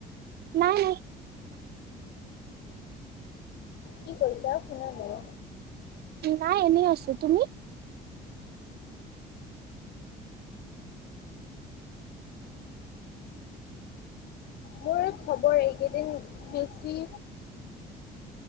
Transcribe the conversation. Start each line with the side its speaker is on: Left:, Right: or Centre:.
Right: নাই নাই।
Left: কি কৈছা শুনা নাই।
Right: নাই এনেই আছো। তুমি?
Left: মোৰ এই খবৰ এইকেইদিন বেছি